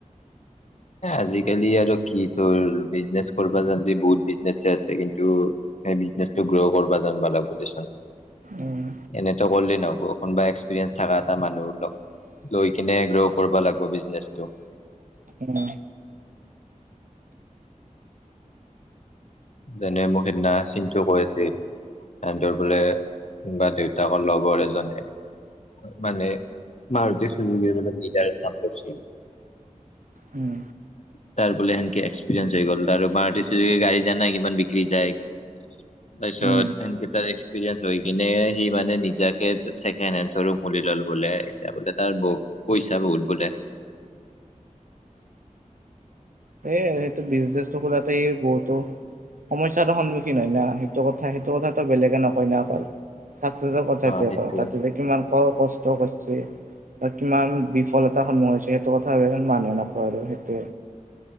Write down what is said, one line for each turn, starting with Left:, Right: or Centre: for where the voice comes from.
Left: আজিকালি আৰু কি তোৰ বিজনেছ কৰা যান বহুত বিজনেচ আছে। কিন্তু এই বিজনেচটো গ্ৰ' কৰা যিব লা বুলি এনেতো
Right: উম
Left: কৰিলেই নহব কোনোবা এক্সপিৰিয়েঞ্চ থকা এটা মানুহ লগ- লৈ কিনে গ্ৰ' কৰিব লাগিব বিজনেছটো।
Right: উম
Left: যেনে মোক সেই দিনা চিন্তূ কৈ আছিল। ৰ বোলে কোন বা দেউতাকৰ লগৰ এজনে মানে ভাৰতুযোগ নি কাম কৰিছিল
Right: উম
Left: তাৰপিছত তাৰ বোলে সেনকে এক্সপিৰিয়েঞ্চ হৈ গ'ল ত আৰু মাৰ গাড়ী জানাই কিমান বিক্ৰী যায়। তাৰপিছতেনকেইটাৰ
Right: উম
Left: এক্সপিৰিয়েঞ্চ হৈ কিনে সি মানে নিজাকেছেকে হেৰু ল। বোলে এতিয়া বোলে তাৰ বহু পইচা বহুত বোলে।
Right: এই সেইটো বিজনেছটো খোলাতে বহুতো। সমস্যাৰো সন্মুখীন হয় না সেইটো কথা সেইটো কথাটো বেলেগে নকয় ন অকল। চাকচেছৰ কথাটো
Left: অ' সেইটোয়ে
Right: তাতে যে কিমান ক কষ্ট কৰিছে বা কিমান বিফল? এ সন্মুখ হৈছে সেইটো কথা মানুহে নকয় আৰু সেইটোৱে।